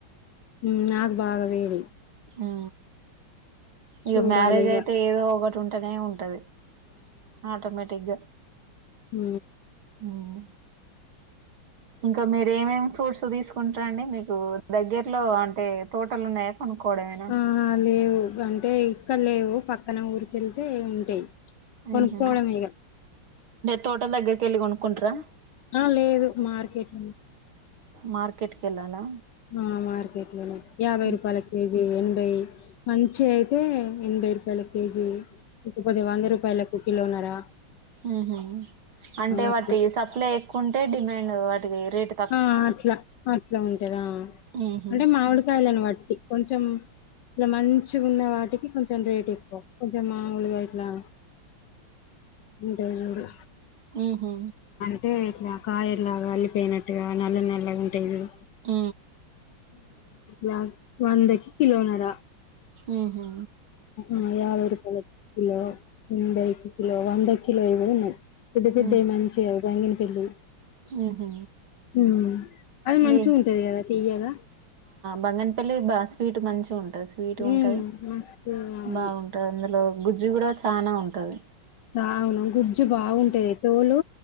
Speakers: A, on the left; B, on the right.
A: ఊ నాకు బాగా వేడి
B: ఉ ఇగ
A: చూడాలిగా
B: మ్యారేజ్ అయితే ఏదో ఒకటి ఉంటేనే ఉంటది ఆటోమేటిక్గా
A: ఊ
B: ఉమ్ ఇంకా మీరు ఏమేమి ఫ్రూట్స్ తీసుకుంటార అండి మీకు దగ్గర్లో అంటే తోటలు ఉన్నాయా కొనుక్కోవడమేనా
A: ఆ లేవు అంటే ఇక్కడ లేవు పక్కన ఊరికెళ్తే ఉంటాయి కొనుక్కోవడమే
B: ఉహు
A: ఇగ
B: తోటల్ దగ్గరకి వెళ్ళి కొనుక్కుంటారా
A: ఆ లేదు మార్కెట్
B: మార్కెట్ కి వెళ్ళాలా
A: ఆ మార్కెట్ లోనే యాభై
B: ఉహు.
A: రూపాయల కేజీ ఎనభై మంచిగా అయితే ఎనభై రూపాయల కేజీ ఇంకపోతే వంద రూపాయలకు కిలోనరా
B: ఉహు అంటే
A: అట్లా
B: వాటి సప్లై ఎక్కువ ఉంటే డిమాండ్ వాటికి రేట్
A: ఆ అట్లా అట్లా ఉంటదా
B: ఉహు
A: అంటే మామిడికాయలని బట్టి కొంచెం ఇట్లా మంచి ఉన్న వాటికి కొంచెం రేట్ ఎక్కువ కొంచెం మాముూలుగా ఇట్లా ఉంటాయి మూడు
B: ఉహు
A: అంటే ఇట్లా కాయల్లాగా అల్లిపోయినట్టుగా నల్ల నల్లాగా ఉంటాయి చూడు
B: ఊ
A: యా వందకి కిలో నరా
B: ఉహు
A: ఆ యాభై రూపాయలకి కిలో ఎనబై కి కిలో వందకి కలో ఇవి కూడా ఉన్నాయి పెద్దా పెద్దవి
B: ఉ
A: మంచివి బంగిన పల్లి
B: ఉహు
A: మ్మ్ అది మంచిగా
B: మీ
A: ఉంటది కదా తియ్యగా
B: బంగనపల్లి బాగా స్వీట్ మంచిగా ఉంటంది స్వీట్ ఉంటది
A: ఉమ్ మస్తు అవును
B: బాగుంటది అందులో గుజ్జు కూడా చానా ఉంటది
A: చానా గుజ్జు బాగుంటది తోలు